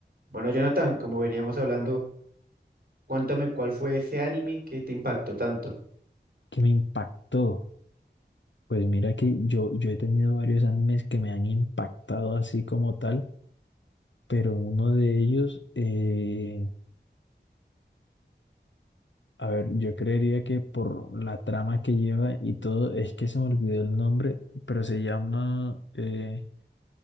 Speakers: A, on the right; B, on the left.
A: Bueno, Jonathan, como veníamos hablando, cuéntame cuál fue ese anime que te impactó tanto.
B: que me impactó. Pues mira que yo, yo he tenido varios animes que me han impactado así como tal, pero uno de ellos, eh, a ver, yo creería que por la trama que lleva y todo, es que se me olvidó el nombre, pero se llama, eh,